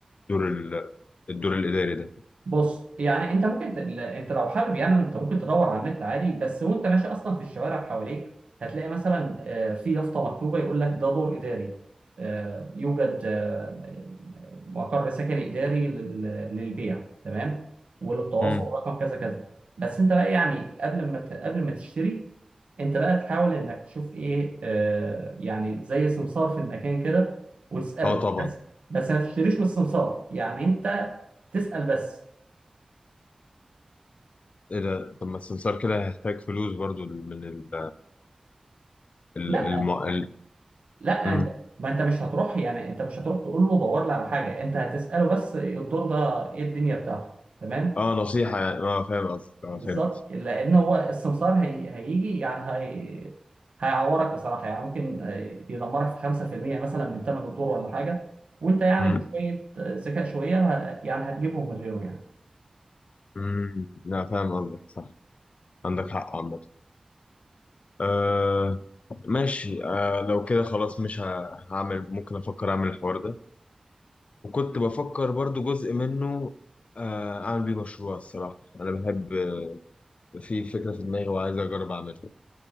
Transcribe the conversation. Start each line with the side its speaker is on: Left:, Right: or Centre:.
Left: دور ال- الدور الاداري ده
Right: بص يعني انت ممكن ت... ل- انت لو حابب يعني انت ممكن تدور على النت عادي بس وانت ماشي اصلا في الشوارع حواليك هتلاقي مثلا آه، في يافطه مكتوبه يقول لك ده دور اداري آه، يوجد آه، مقر سكني اداري لل- للبيع تمام وللتواصل
Left: امم
Right: رقم كذا كذا بس انت بقى يعني قبل ما ت... قبل ما تشتري انت بقى تحاول انك تشوف ايه آه، يعني زي سمسار في المكان كده وتساله
Left: اه طبعا
Right: بس بس ما تشتريش من السمسار يعني انت تسأل بس
Left: ايه ده طب ما السمسار كده هيحتاج فلوس برضو من ال ال
Right: لا
Left: الم... ال...
Right: لا
Left: مم.
Right: انت ما انت مش هتروح يعني انت مش هتروح تقول له دور لي على حاجه انت هتساله بس الدور ده ايه الدنيا بتاعته تمام
Left: اه نصيحة يعني اه فاهم قصدك اه
Right: بالظبط
Left: فهمت
Right: لان هو السمسار هي... هيجي يعني هي... هيعورك بصراحه يعني ممكن آه، يدمرك في 5% مثلا من ثمن الدور ولا حاجه وانت يعني
Left: امم
Right: بشويه آه، ذكاء شويه ه... يعني هتجيبهم من غيره يعني
Left: امم لا فاهم قصدك صح عندك حق عامة آه ماشي آه لو كده خلاص مش ه- هعمل ممكن افكر اعمل الحوار ده وكنت بفكر برضو جزء منه آه اعمل بيه مشروع الصراحة انا بحب آه، في فكرة في دماغي وعايز اجرب اعملها